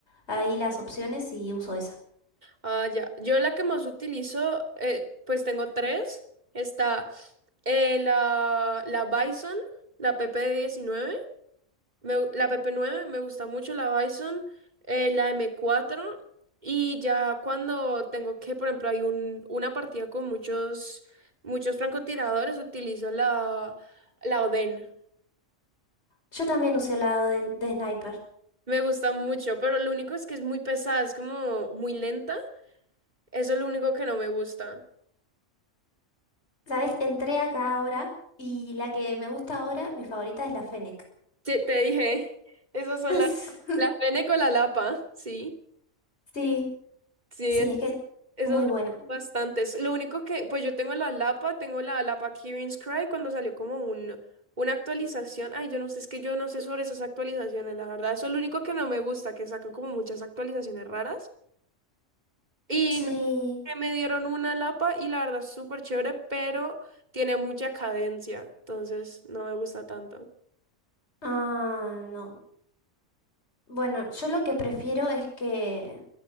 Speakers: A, on the left; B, on the right.
A: ahí las opciones y uso esa.
B: Ah, ya. Yo la que más utilizo, eh, pues tengo tres. Está eh, la, la Bison, la pp diecinueve Me gu- la PP9 me gusta mucho, la Bison, eh, la M4 y ya cuando tengo que, por ejemplo, hay un, una partida con muchos, muchos francotiradores, utilizo la, la Oden.
A: Yo también usé la de, de Sniper.
B: Me gusta mucho, pero lo único es que es muy pesada, es como muy lenta. Eso es lo único que no me gusta.
A: ¿Sabes? Entré acá ahora y la que me gusta ahora, mi favorita es la Fennec.
B: Te, te dije, <laughs> esas son
A: <laughs>
B: las, las Fene con la Lapa, sí.
A: Sí,
B: Sí,
A: sí, es que es
B: Esas
A: muy
B: me gustan
A: buena.
B: bastantes. Lo único que, pues yo tengo la Lapa, tengo la Lapa Kirin's Cry cuando salió como un, una actualización. Ay, yo no sé, es que yo no sé sobre esas actualizaciones, la verdad. Eso es lo único que no me gusta, que sacan como muchas actualizaciones raras. Y
A: Sí.
B: no, que me dieron una Lapa y la verdad es súper chévere, pero tiene mucha cadencia. Entonces no me gusta tanto.
A: Ah, no. Bueno, yo lo que prefiero es que